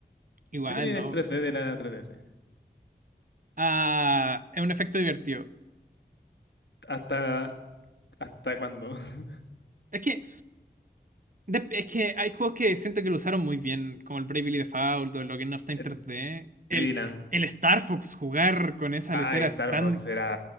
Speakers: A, on the right; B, on the left.
A: igual,
B: ¿Qué viene
A: ¿no?
B: del tres d de la tres D S?
A: Ah, es un efecto divertido.
B: ¿Hasta, hasta cuándo? <laughs>
A: Es que, de- es que hay juegos que siento que lo usaron muy bien, como el Bravely Default o el Ocarina of Time
B: El
A: 3D. El,
B: Triland.
A: el Star Fox jugar con esa
B: Ay,
A: lesera es
B: Starbucks
A: tan
B: era.